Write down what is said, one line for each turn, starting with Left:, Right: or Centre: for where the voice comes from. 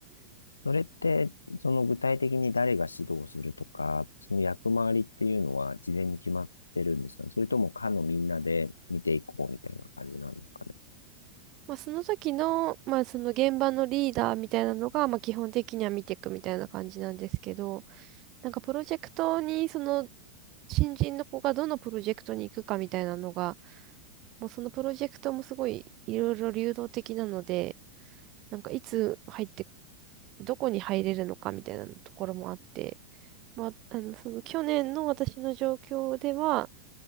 Left: それって、その具体的に誰が指導するとか、その役回りっていうのは事前に決まってるんですかね。それとも課のみんなで見ていこうみたいな感じなんですかね。
Right: まあ、その時の、まあ、その現場のリーダーみたいなのが、まあ、基本的には見ていくみたいな感じなんですけど、なんかプロジェクトに、その、新人の子がどのプロジェクトに行くかみたいなのが、もうそのプロジェクトもすごいいろいろ流動的なので、なんかいつ入って、どこに入れるのかみたいなところもあって、まあ、あの、その去年の私の状況では、